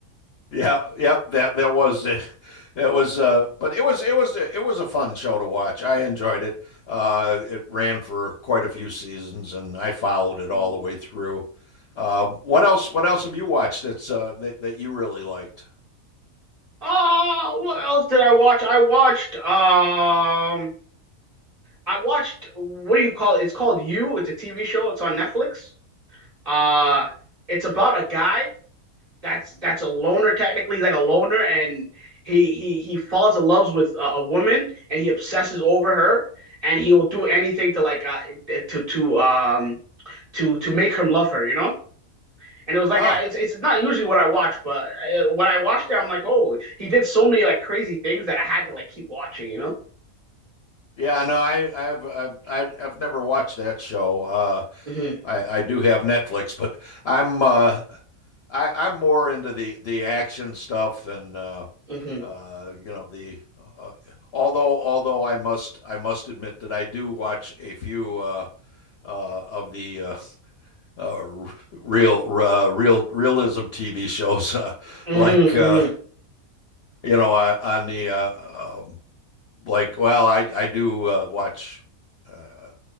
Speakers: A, on the left; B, on the right.
A: yeah, yep. That that was <laughs> it. It was, uh, but it was it was it was a fun show to watch. I enjoyed it. Uh, it ran for quite a few seasons, and I followed it
B: Mm.
A: all the way through. Um, what else? What else have you watched that's uh, that that you really liked?
B: Oh, what else did I watch? I watched um I watched what do you call it? It's called You. It's a TV show. It's on Netflix. Uh it's about a guy that's that's a loner technically. He's like a loner, and he he he falls in love with a, a woman, and he obsesses over her, and he will do anything to like uh, to to um to to make her love her, you know. And it was like
A: Ah,
B: uh, it's it's not usually what I watch, but uh, when I watched it, I'm like, oh, he did so many like crazy things that I had to like keep watching, you know.
A: yeah, no, I I've I've I've I've never watched that show. Uh,
B: hmm
A: I I do have Netflix, but I'm uh I I'm more into the the action stuff and uh
B: hmm
A: Uh, you know the uh, although although I must I must admit that I do watch a few uh, uh, of the uh, uh, real uh, real realism TV <laughs> shows uh,
B: hmm
A: like uh,
B: hmm
A: you know uh, on the uh, um, like well I I do uh, watch uh,